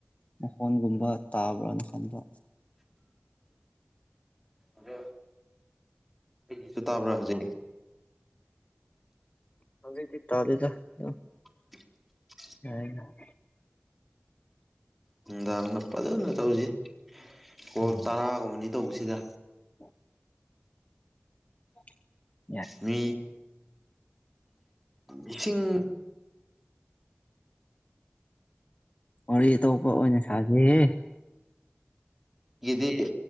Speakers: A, on the left; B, in the centre.
A: ꯃꯈꯣꯟꯒꯨꯝꯕ ꯇꯥꯕ꯭ꯔꯅ ꯈꯟꯕ
B: ꯎꯝ ꯑꯗ ꯑꯩꯒꯤꯁꯨ ꯇꯥꯕ꯭ꯔꯥ ꯍꯧꯖꯤꯛ
A: ꯍꯧꯖꯤꯛꯇꯤ ꯇꯥꯗꯦꯗ <inaudible>
B: <unintelligible>
A: ꯌꯥꯔꯦ ꯌꯥꯔꯦ
B: ꯅꯨꯡꯗꯥꯡꯗ ꯐꯖꯅ ꯇꯧꯁꯤ ꯀꯣꯜ
A: ꯎꯝ
B: ꯇꯔꯥꯒꯨꯝꯕꯗꯤ ꯇꯧꯕꯁꯤꯗ
A: <unintelligible> <unintelligible>
B: ꯃꯤ ꯂꯤꯁꯤꯡ
A: ꯋꯥꯔꯤ ꯑꯇꯣꯞꯄ ꯑꯣꯏꯅ ꯁꯥꯖꯦꯍꯦ
B: ꯒꯤꯗꯤ